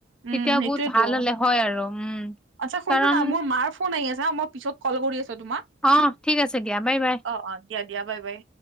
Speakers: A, on the right (about 75°); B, in the centre.
A: উম
B: তেতিয়া
A: সেইটোয়েতো
B: বহুত ভাল হ'লে হয় আৰু উম
A: আচ্ছা শুন
B: কাৰণ
A: না মাৰ ফোন আহি আছে হা মই পিছত কল কৰি আছোঁ। তোমাক
B: অ ঠিক আছে দিয়া বাই বাই
A: অ-অ দিয়া-দিয়া বাই-বাই